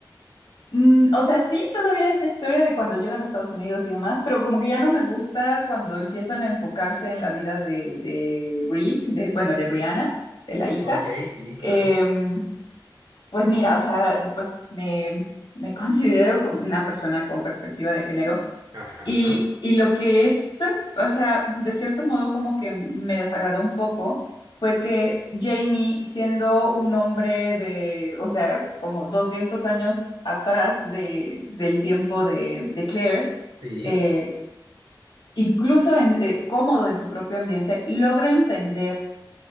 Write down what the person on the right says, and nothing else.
Ok, sí, claro.
Ajá,
sí.